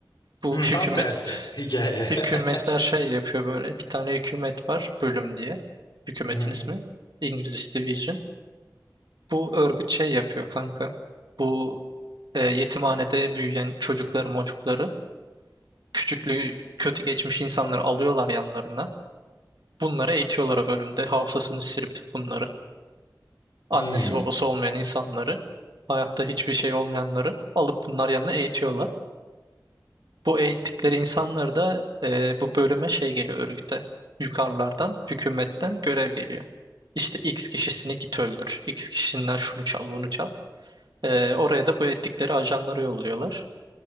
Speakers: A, on the right; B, on the left.
A: Bu
B: Hı,
A: hükümet
B: tam tersi hikaye.
A: hükümetler
B: <laughs>
A: şey yapıyor böyle. Bir tane hükümet var bölüm diye. Hükümetin
B: Hı hı.
A: ismi. İngilizcesi Division. Bu örgüt şey yapıyor kanka. Bu e, yetimhanede büyüyen çocukları mocukları küçüklüğü kötü geçmiş insanları alıyorlar yanlarına. Bunları eğitiyorlar o bölümde. Hafızasını silip bunları. Annesi
B: Hı,
A: babası olmayan insanları. Hayatta hiçbir şey olmayanları alıp bunlar yanına eğitiyorlar. Bu eğittikleri insanları da e, bu bölüme şey geliyor örgüte. Yukarılardan, hükümetten görev geliyor. İşte X kişisini git öldür. X kişisinden şunu çal, bunu çal. Ee, oraya da bu eğittikleri ajanları yolluyorlar.